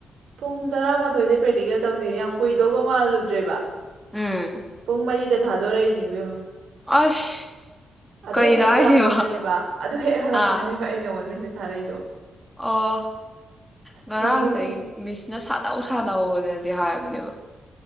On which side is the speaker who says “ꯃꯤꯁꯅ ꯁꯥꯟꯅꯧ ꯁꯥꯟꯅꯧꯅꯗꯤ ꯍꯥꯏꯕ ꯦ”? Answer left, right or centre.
Centre